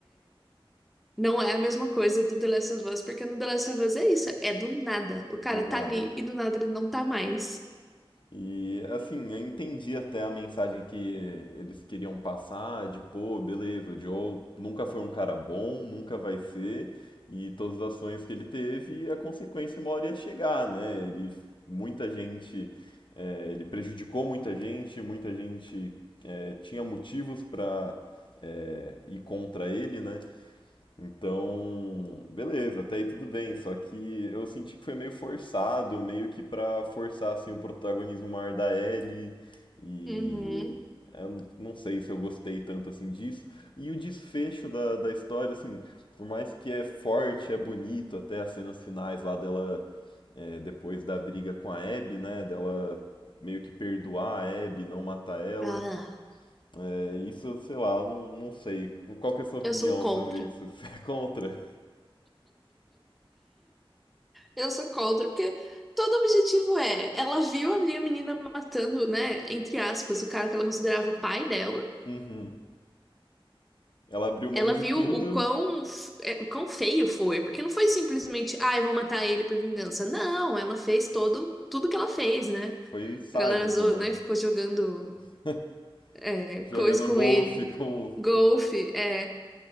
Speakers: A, in the centre; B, on the left.
A: não é a mesma coisa do The Last of Us, porque no The Last of Us é isso, é do nada. O cara
B: do nada.
A: tá ali e do nada ele não tá mais.
B: E assim, eu entendi até a mensagem que eles queriam passar, de pô, beleza, o Joe nunca foi um cara bom, nunca vai ser, e todas as ações que ele teve, a consequência uma hora ia chegar, né? Ele, muita gente, é, ele prejudicou muita gente, muita gente é, tinha motivos pra é, ir contra ele, né? Então, beleza, até aí tudo bem, só que eu senti que foi meio forçado, meio que pra forçar assim o protagonismo maior da Ellie e
A: Uhum.
B: eu n- não sei se eu gostei tanto assim disso. E o desfecho da, da história, assim, por mais que é forte, é bonito, até as cenas finais lá dela, é, depois da briga com a Abby, né, dela meio que perdoar a Abby, não matar ela,
A: Ah,
B: é, isso, sei lá, eu não, não sei. Qual que é a sua opinião
A: eu sou contra.
B: sobre isso? <laughs> Você é contra?
A: Eu sou contra, porque todo objetivo é, ela viu a minha menina matando, né, entre aspas, o cara que ela considerava o pai dela.
B: Uhum. Ela abriu mão
A: Ela
B: de
A: viu
B: tudo,
A: o quão, f- é, o quão feio foi, porque não foi simplesmente, ah, eu vou matar ele por vingança. Não, ela fez todo, tudo que ela fez, né?
B: foi sádico,
A: A galera zoou,
B: né?
A: né? Ficou jogando
B: <laughs>
A: é, coisa
B: Jogando
A: com
B: golfe
A: ele,
B: com,
A: golfe,
B: com a-
A: é.